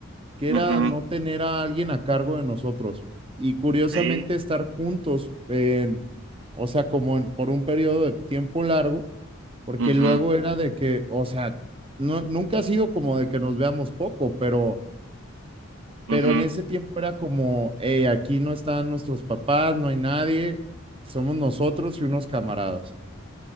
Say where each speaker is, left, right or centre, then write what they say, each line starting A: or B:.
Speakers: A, on the right; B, on the right.
A: que
B: mhm,
A: era no tener a alguien a cargo de nosotros y curiosamente
B: sí,
A: estar juntos en, o sea, como en- por un periodo de tiempo largo, porque
B: mhm,
A: luego era de que, o sea, no, nunca ha sido como de que nos veamos poco, pero,
B: mhm.
A: pero en ese tiempo era como, hey, aquí no están nuestros papás, no hay nadie, somos nosotros y unos camaradas.